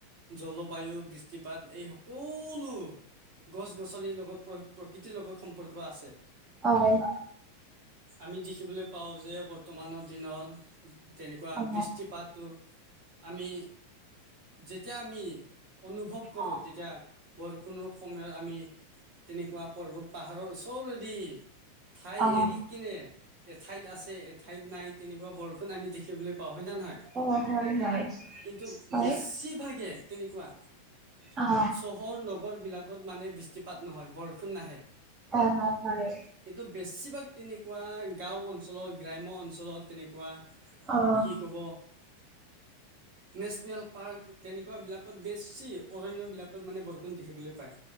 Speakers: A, on the right; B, on the right.
A: জলবায়ু বৃষ্টিপাত এই সকলো গছ গছনিৰ লগত প্ৰকৃতিৰ লগত সম্পৰ্ক আছে।
B: হয়
A: আমি দেখিবলৈ পাওঁ যে বৰ্তমানৰ দিনত তেনেকুৱা
B: হয়
A: বৃষ্টিপাতটো। আমি যেতিয়া আমি অনুভৱ কৰোঁ
B: অ
A: তেতিয়া বৰষুণৰ সময়ত আমি তেনেকুৱা পৰ্বত পাহাৰৰ ওচৰেদি ঠাই
B: অ
A: এৰি কিনে ঠাইত আছে এঠাইত নাই তেনেকুৱা বৰষুণ আমি দেখিবলৈ পাওঁ হয় নে নহয়।
B: অ' হয় হয়
A: কিন্তু
B: হয়
A: বেছি ভাগে তেনেকুৱা
B: অ'
A: চহৰ নগৰ বিলাক কত মানে বৃষ্টিপাত নহয় বৰষুণ নাহে।
B: অ' হয়
A: কিন্তু বেছিভাগ তেনেকুৱা গাঁও অঞ্চলৰ গ্ৰাম্য অঞ্চলত তেনেকুৱা
B: অ'
A: কি ক'ব। নেচনেল পাৰ্ক তেনেকুৱা বিলাকত বেছি অৰণ্য বিলাক তাত মানে বৰষুণ দেখিবলৈ পায়।